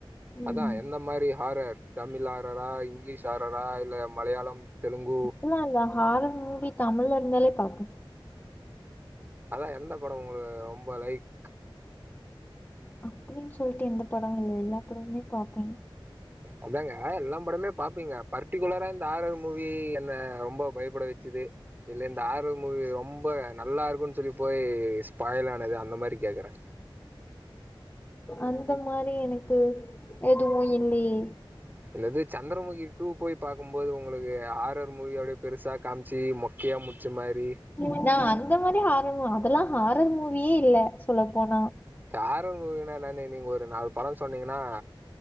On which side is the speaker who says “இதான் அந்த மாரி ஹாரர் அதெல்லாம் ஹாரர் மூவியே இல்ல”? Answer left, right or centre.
Left